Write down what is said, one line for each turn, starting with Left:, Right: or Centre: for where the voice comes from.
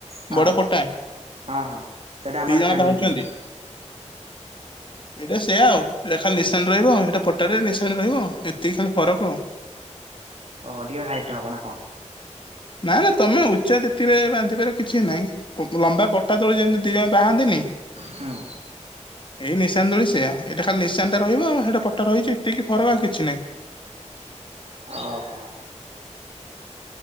Right: ହଁ
Left: ବଡ ପଟା ଦି
Right: ହଁ ହଁ। ସେଇଟା ଆମ ଆଡେ
Left: ଜଣ
Right: ଖାଇ ଦୋଳି
Left: ପାହୁଚନ୍ତି
Right: କୁହନ୍ତି
Left: ଏଇଟା ସେୟା ଆଉ ଲେଖା ନିଶାଣ ରହିବ ସେଇଟା ପଟାରେ ନିଶାଣ ରହିବ। ଏତିକି ଖାଲି ଫରକ ଆଉ
Right: ଓ ଟିକେ ହାଇଟ୍ ହବ ନା କଣ?
Left: ନା ନା ତମେ ଉଚ୍ଚା ତିତିରେ ବାନ୍ଧିବାରେ କିଛି ନାହିଁ ବ ଲମ୍ବା ପଟା ତଳେ ଯେମିତି ଦିଅଁ ବାହାନ୍ତିନି
Right: ହଁ।
Left: ଏଇ ନିଶାନ୍ ଦୋଳି ସେୟା ଏଇଟା ଖାଲି ନିଶାନ୍ ଟା ରହିବ ସେଟା ପଟା ରହିଛି ଏତିକି ଫରକ୍ ଆଉ କିଛି ନାହିଁ।
Right: ଓହୋ।